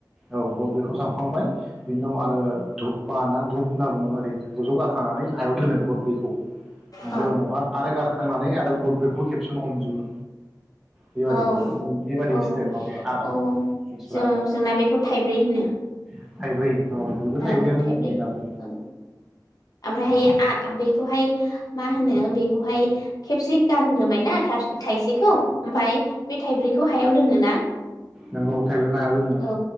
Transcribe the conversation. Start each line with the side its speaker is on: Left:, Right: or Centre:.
Centre: औ गरब्रैखौ साबखांबाय बिनि उनाव आरो धुपा ना धुप होनना बुङो ओरै जज गाखांनानै हायाव दोनो गरब्रैखौ ओमफाय
Left: औ
Centre: उनावहाय आरो गारखो नानै आरो गदब्रखौबो खेबसेनो हमजोबो। बेबायदि
Left: औ
Centre: बेबायदि
Left: औ
Centre: स्टेप माबाया
Left: औ ज
Centre: आ
Left: जोंना बेखौ थाइ होनो।
Centre: थाइब्रै औ बेबो थाइब्रैयानो
Left: औ थाइब्रै
Centre: होनदां जोंनाबो
Left: औ ओमफायहाय
Centre: औ
Left: आ बेखौहाय मा होनो? बेखौहाय खेबसे गारग्रोबायना थाब-थाइसेखौ ओमफाय बे थाइब्रैखौ हायाव दोनो ना
Centre: नोंगौ थाइब्रै गाहायाव दोनो
Left: औ